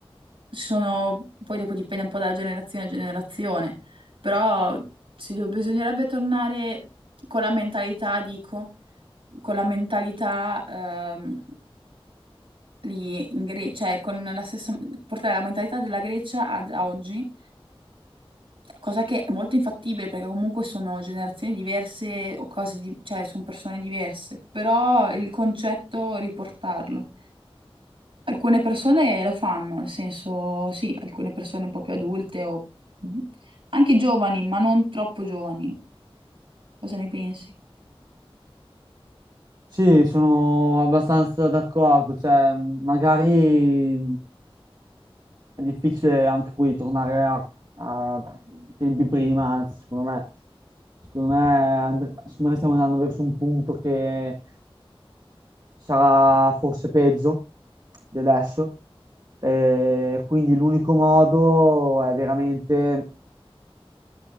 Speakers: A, on the right; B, on the right.
A: ci sono, poi dopo dipende un po' dalla generazione a generazione, però si do- bisognerebbe tornare con la mentalità, dico con la mentalità ehm, lì in Grecia, cioè con la stessa, portare la mentalità della Grecia ad a oggi, cosa che è molto infattibile perché comunque sono generazioni diverse o cose di- cioè sono persone diverse, però il concetto riportarlo. Alcune persone lo fanno, nel senso, sì, alcune persone un po' più adulte o anche giovani, ma non troppo giovani. Cosa ne pensi?
B: Sì, sono abbastanza d'accordo, cioè magari è difficile anche qui tornare a, a tempi prima, anzi, secondo me, secondo me, and- secondo me stiamo andando verso un punto che sarà forse peggio di adesso. Eh, quindi l'unico modo è veramente,